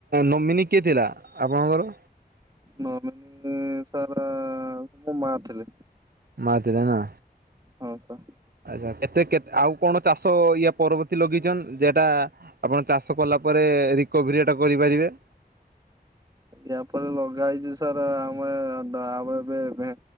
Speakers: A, on the right; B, on the right.
A: ନମିନି କିଏ ଥିଲା ଆପଣଙ୍କର?
B: ନୋମିନୀ ସାର୍ ମୋ ମା ଥିଲେ।
A: ମା ଥିଲା ନା।
B: ଓହୋ।
A: ଆଛା କେତେ କେତେ ଆଉ କଣ ଚାଷ ଇଏ ପରବର୍ତୀ ଲଗେଇଛନ୍ ଯେଟା ଆପଣ ଚାଷ କଲା ପରେ ରିକଭରି ଏଟା କରିପାରିବେ।
B: ୟାପରେ ଲଗା ହେଇଛି ସାର୍ ଆମେ ବା ଭେ